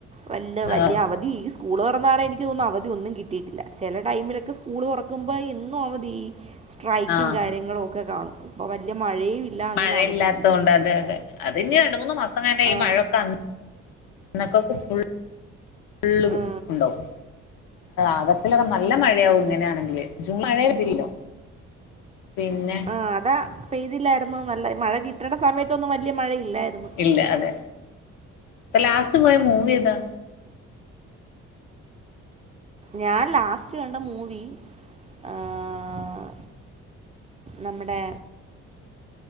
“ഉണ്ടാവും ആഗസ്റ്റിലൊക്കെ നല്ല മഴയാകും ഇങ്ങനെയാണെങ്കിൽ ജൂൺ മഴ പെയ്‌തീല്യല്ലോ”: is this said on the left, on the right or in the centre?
Left